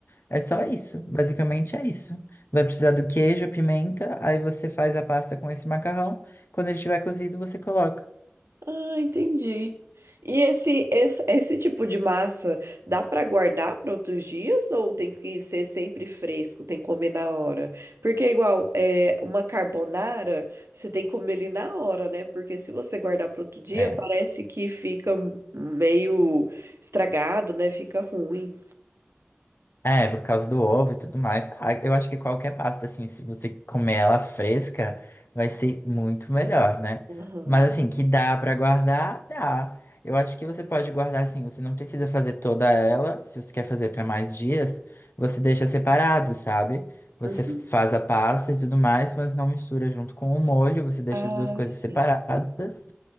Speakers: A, on the left; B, on the right.
A: É só isso, basicamente é isso. Vai precisar do queijo, a pimenta, aí você faz a pasta com esse macarrão. Quando ele estiver cozido, você coloca.
B: Ah, entendi. E esse, esse, esse tipo de massa dá para guardar para outros dias ou tem que ser sempre fresco, tem que comer na hora? Porque igual é uma carbonara, você tem que comer ele na hora, né? Porque se você guardar para outro dia,
A: É.
B: parece que fica meio estragado, né? Fica ruim.
A: É, por causa do ovo e tudo mais. Ah, eu acho que qualquer pasta, assim, se você comer ela fresca, vai ser muito melhor, né?
B: Aham.
A: Mas assim, que dá pra guardar, dá. Eu acho que você pode guardar assim, você não precisa fazer toda ela, se você quer fazer pra mais dias, você deixa separado, sabe? Você
B: Uhum.
A: faz a pasta e tudo mais, mas não mistura junto com o molho, você deixa
B: Ah,
A: as duas coisas
B: sim.
A: separadas.